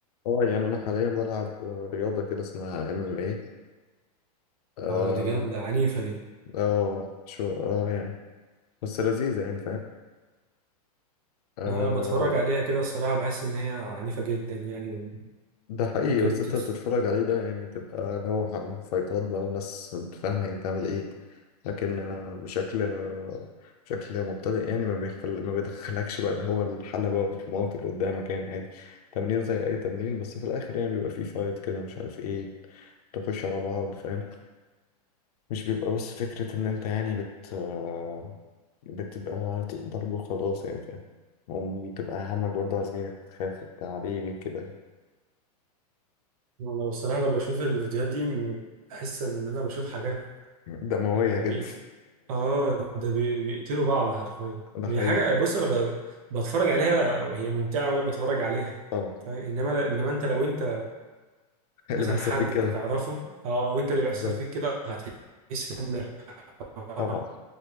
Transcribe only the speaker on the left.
اه يعني انا حاليا بلعب آه، رياضه كده اسمها ام ام ايه اه
آه، شو اه يعني بس لذيذه يعني فاهم
ده حقيقي
بس انت
بتتفرج عليه ده يعني تبقى اللي هو ح- فايتات بقى وناس انت فاهمة هي بتعمل ايه لكن آه، بشكل آه، بشكل مبتدئ يعني ما بيخل... ما بيدخلكش بقى اللي هو الحلبة والموت اللي قدامك يعني عادي تمرين زي أي تمرين بس في الآخر يعني بيبقى فيه فايت كده مش عارف ايه تخش على بعض فاهم مش بيبقى بس فكرة إن أنت يعني بت آه، بتبقى ضرب وخلاص يعني فاهم وبتبقى همك برضه على زميلك وتخاف وبتاع عليه كده يعني
دموية
جدا
<laughs> ده
حقيقي
طبعا
إيه اللي
بيحصل
فيك كده
بالظبط
طبعا